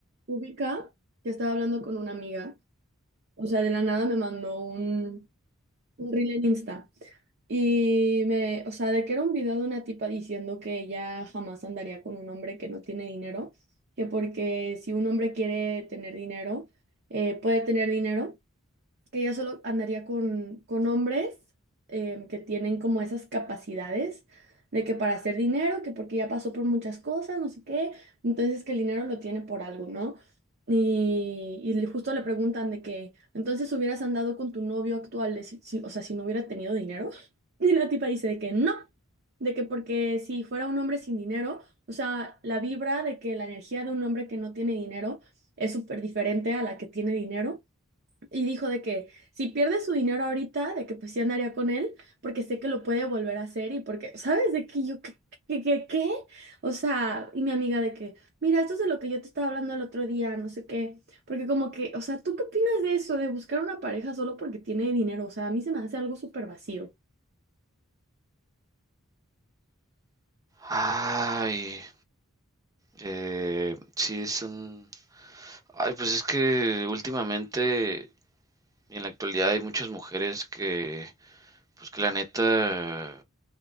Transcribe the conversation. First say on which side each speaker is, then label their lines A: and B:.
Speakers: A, on the right; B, on the right.
A: Ubica que estaba hablando con una amiga, o sea, de la nada me mandó un, un reel en Insta y me, o sea, de que era un video de una tipa diciendo que ella jamás andaría con un hombre que no tiene dinero, que porque si un hombre quiere tener dinero, eh, puede tener dinero, que ella solo andaría con, con hombres em, que tienen como esas capacidades de que para hacer dinero, que porque ya pasó por muchas cosas, no sé qué, entonces que el dinero lo tiene por algo, ¿no? Y, y le- justo le preguntan de que, entonces hubieras andado con tu novio actual, de si- si- o sea, si no hubiera tenido dinero. <laughs> Y la tipa dice de que no, de que porque si fuera un hombre sin dinero, o sea, la vibra de que la energía de un hombre que no tiene dinero es súper diferente a la que tiene dinero. Y dijo de que si pierde su dinero ahorita, de que pues sí andaría con él, porque sé que lo puede volver a hacer y porque, ¿sabes? De que yo, ¿qué, qué, qué, qué? O sea, y mi amiga de que, mira, esto es de lo que yo te estaba hablando el otro día, no sé qué, porque como que, o sea, ¿tú qué opinas de eso, de buscar una pareja solo porque tiene dinero? O sea, a mí se me hace algo súper vacío.
B: Ay, eh, sí, es un... Ay, pues es que últimamente, en la actualidad, hay muchas mujeres que, pues que la neta,